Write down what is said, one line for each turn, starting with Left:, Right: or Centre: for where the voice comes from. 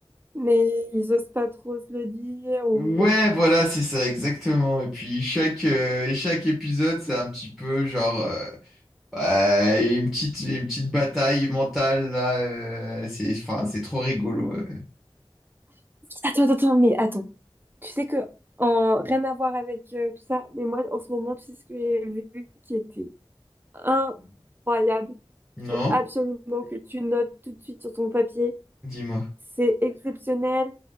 Right: mais ils osent pas trop se le dire. Ou...
Centre: Ouais, voilà, c'est ça, exactement. Et puis chaque, euh, chaque épisode, c'est un petit peu genre euh, ouais, une petite, une petite bataille mentale là. euh, c'est, enfin, c'est trop rigolo. euh.
Right: Attends, attends, attends, mais attends. Tu sais que, en... rien à voir avec euh, tout ça, mais moi, en ce moment, tu sais ce que j'ai vu qui était incroyable. Il
Centre: Non?
Right: faut absolument que tu notes tout de suite sur ton papier.
Centre: Dis-moi.
Right: C'est exceptionnel,